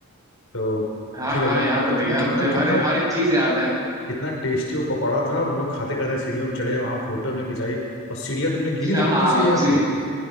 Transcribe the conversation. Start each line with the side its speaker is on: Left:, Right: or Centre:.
Left: तो
Right: हाँ
Left: फिर
Right: हाँ
Left: हम लोग
Right: याद
Left: कितने
Right: है भैया
Left: कितना
Right: मुझे हर
Left: कितना
Right: हर एक चीज याद है
Left: कितना टेस्टी वो पकौड़ा था हम लोग खाते खाते सीढ़ियों पे चढ़े वहाँ फोटो हमने खिंचाई और सीढ़ियाँ तुमने
Right: <laughs>
Left: गिनी
Right: हाँ
Left: थी कितनी सीढ़ियाँ
Right: वो सीढ़ी
Left: थी